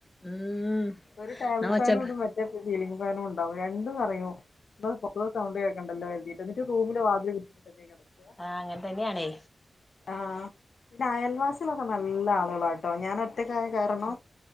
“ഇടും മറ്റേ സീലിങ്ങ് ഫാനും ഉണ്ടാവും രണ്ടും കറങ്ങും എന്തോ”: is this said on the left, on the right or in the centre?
Left